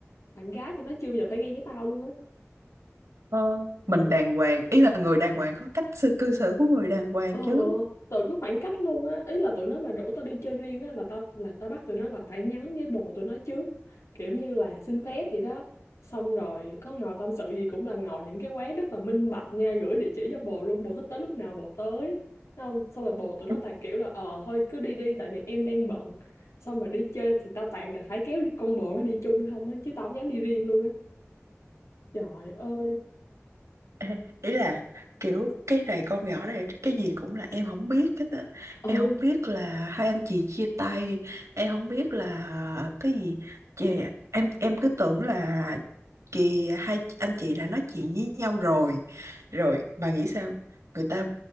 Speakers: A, on the left; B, on the right.
A: bạn gái thì nó chưa bao giờ phải ghen với tao luôn á
B: Ờ, mình
A: tự
B: đàng
A: có
B: hoàng ý là người đàng hoàng có cách sự cư xử của người đàng hoàng
A: Ờ,
B: chứ
A: tụi cứ khoảng cách luôn á ý là tụi nó mà rủ tao đi chơi riêng á là tao là tao bắt tụi nó là phải nhắn với bồ tụi nó trước kiểu như là xin phép vậy đó xong rồi có ngồi tâm sự gì cũng là ngồi những cái quán rất là minh bạch nha gửi địa chỉ cho bồ luôn bồ thích tới lúc nào bồ tới Thấy không xong rồi bồ tụi nó
B: <laughs>
A: toàn kiểu là ờ thôi cứ đi đi tại vì em đang bận xong mà đi chơi thì tao toàn là phải kéo con bồ nó đi chung không á chứ tao không dám đi riêng luôn á trời ơi
B: <laughs> Ê, ý là kiểu cái này con nhỏ này cái gì cũng là em không biết hết á em
A: ừ
B: không biết là hai anh chị chia tay em không biết là cái gì chị em em cứ tưởng là kì hai anh chị đã nói chuyện với nhau rồi rồi bà nghĩ sao người ta